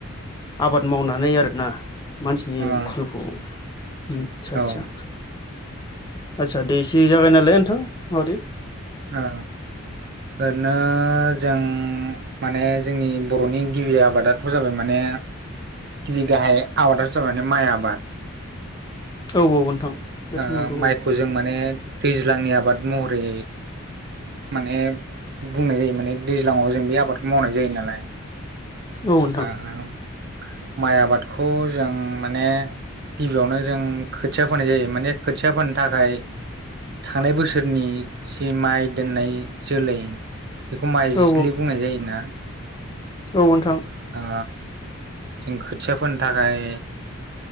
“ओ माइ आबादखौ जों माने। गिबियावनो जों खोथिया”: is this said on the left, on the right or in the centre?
Right